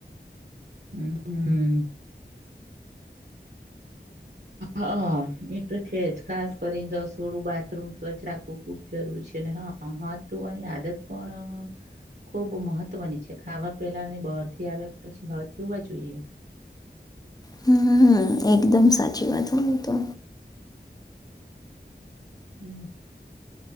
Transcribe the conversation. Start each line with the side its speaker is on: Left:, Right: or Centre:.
Right: હ હમ હા એ તો છે જ ખાસ કરીને રસોડું બાથરૂમ સ્વચ્છ રાખવું ખુબ જરૂરી છે હા હા તોું આની આદત પણ ખૂબ મહત્વની છે ખાવા પેલાને બહારથી આવ્યા પછી હ તો હોવા જોઈએ
Left: હમ એકદમ સાચી વાત હોય તો
Right: હમ